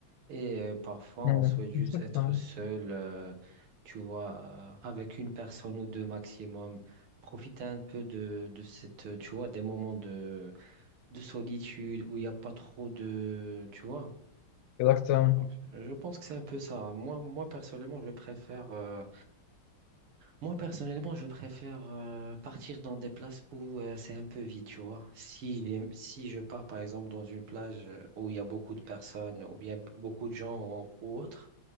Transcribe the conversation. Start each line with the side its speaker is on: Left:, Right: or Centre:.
Right: et euh, parfois
Left: Mm.
Right: on souhaite juste
Left: Exactement.
Right: être seul, euh, tu vois, euh, avec une personne ou deux maximum. Profiter un peu de, de cette, euh, tu vois, des moments de, de solitude où il n'y a pas trop de, tu vois.
Left: Exactement.
Right: Donc, je pense que c'est un peu ça. Moi, moi personnellement, je préfère. euh, moi, personnellement, je préfère euh, partir dans des places où euh, c'est un peu vide, tu vois. Si, j'ai- si je pars, par exemple, dans une plage euh, où il y a beaucoup de personnes, ou bien beaucoup de gens ou, ou autre,